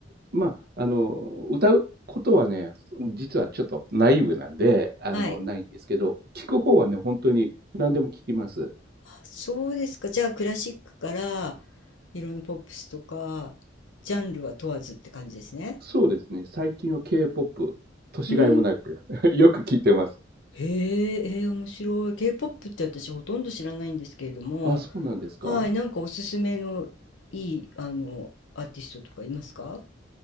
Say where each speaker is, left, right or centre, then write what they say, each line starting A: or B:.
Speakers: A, on the right (about 55°); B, on the left (about 80°).
A: まあ、あの、歌うことはね、実はちょっとナイーブなんで、あの、
B: はい。
A: ないんですけど、聞く方はね、本当に何でも聞きます。
B: あそうですか。じゃあ、クラシックから、いろんなポップスとか、ジャンルは問わずって感じですね。
A: そうですね。最近は K-POP、年がいもなく
B: うん。
A: <laughs> よく聞いてます。
B: へえ、えー面白い。K-POP って私ほとんど知らないんですけれども、
A: あ、そうなんですか
B: はい、なんかおすすめのいい、あの、アーティストとかいますか